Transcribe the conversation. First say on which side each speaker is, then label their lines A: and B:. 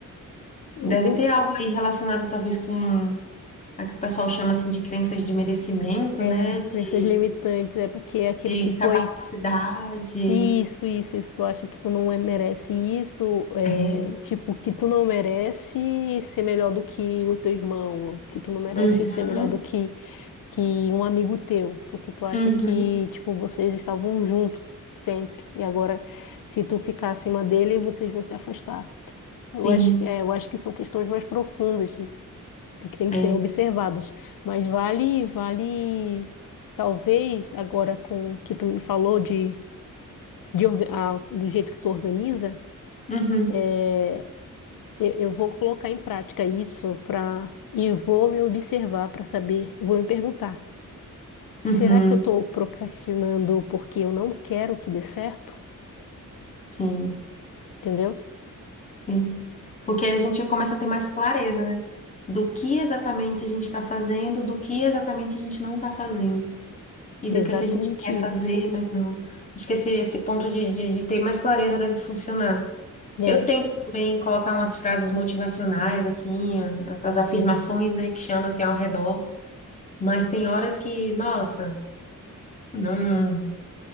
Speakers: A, on the left (about 80°); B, on the left (about 20°).
A: O-
B: Deve
A: o-
B: ter algo aí relacionado talvez com a que o pessoal chama assim de crenças de merecimento,
A: é,
B: né? De,
A: crenças limitantes, é porque é aquilo
B: de
A: que foi
B: capacidade.
A: Isso, isso, isso. Tu acha que tu não é- merece isso, é,
B: É.
A: tipo, que tu não merece ser melhor do que o teu irmão, que tu não merece
B: Uhum,
A: ser melhor do que, que um amigo teu, porque tu acha
B: uhum,
A: que, tipo, vocês estavam juntos sempre, e agora, se tu ficar acima dele, vocês vão se afastar.
B: sim,
A: Eu acho, que- é, eu acho que são questões mais profundas e e que têm que
B: é.
A: ser observadas. Mas vale, vale, talvez agora com o que tu me falou de de orga- a- do jeito que tu organiza,
B: Uhum,
A: é, eu, eu vou colocar em prática isso para e vou me observar para saber, vou me perguntar, será
B: uhum,
A: que eu estou procrastinando porque eu não quero que dê certo?
B: sim.
A: Entendeu?
B: Sim. Porque aí a gente começa a ter mais clareza, né? Do que exatamente a gente está fazendo, do que exatamente a gente não está fazendo. E do
A: É Exatamente
B: que é que a gente quer fazer,
A: isso.
B: mas não. Acho que esse, esse ponto de, de, de ter mais clareza deve funcionar.
A: É.
B: Eu tento também colocar umas frases motivacionais, assim, a- as afirmações, né, que chamam assim ao redor. Mas tem horas que, nossa, não,